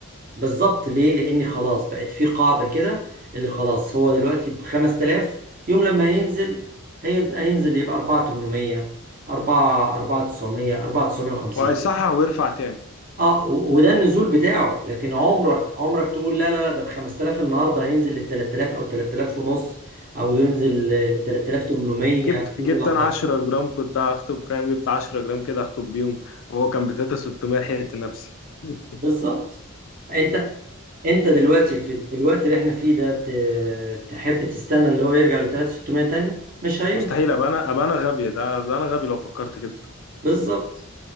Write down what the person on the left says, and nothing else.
وهيصحح ويرفع تاني
جبت
جبت
أنا 10 جرام كنت هخطب فاهم جبت 10 جرام كده هخطب بيهم وهو كان ب 3600 لحقت نفسي <laughs>
مستحيل أبقى أنا أبقى أنا غبي ده أبقى أنا غبي لو فكرت كده طب